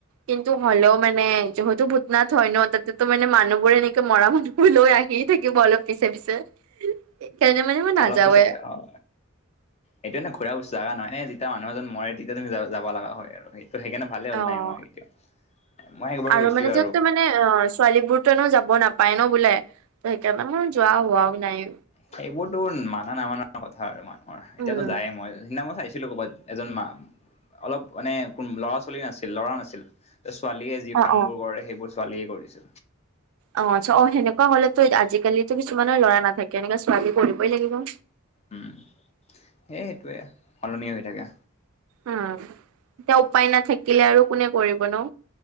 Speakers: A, on the right; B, on the left.
A: কিন্তু হ'লেও মানে যিহেতু ভূটনা হয় ন, তাতে তো মানে মানুহবোৰে এনেকে মৰা মানব লৈ আহিয়ে থাকিব অলপ পিছে পিছে। সেইকাৰণে মানে মই নাযাওৱে
B: অলপ পিছতে আও এইটো এ ঘুৰা বস্ত জাগা নহয়ে, যেতিয়া মানুহ এজন মৰে তেতিয়া তুমি যাব লগা হয় আৰু সেইটো। ত' সেইকাৰণে ভালে হ'ল
A: অ
B: নাই মই এতিয়া। মই একবাৰ
A: আৰু
B: গৈছিলো
A: মানে যাক তো মানে অ ছোৱালী বোৰনো যাব নাপ- পাই ন বোলে, ত সেইকাৰণে মই যোৱা হোৱাও নাই।
B: সেইবোৰতো মানা নামানা কথা আৰু মানুহৰ এতিয়াতো
A: উম
B: যায়, মই সিদিনা মই চাইছো। ছিলো ক'ৰবাত এজন মা অলপ মানে কোন ল'ৰা ছোৱালী নাছিল ল'ৰা নাছিল, ছোৱালীয়ে যি
A: অ
B: কামবোৰ
A: অ
B: কৰে সেইবোৰ ছোৱালীয়ে কৰিছিল।
A: অ আচ্ছা অ সেনেকোৱা হলেতো আজিকালিতো কিছুমানৰ ল'ৰা নাথাকে এনে ছোৱালী কৰিবই লাগিব।
B: উম, সেই সেইটোয়ে সলনি হৈ থাকে।
A: উম, এতিয়া উপায় নাথাকিলে আৰু কোনে কৰিব ন।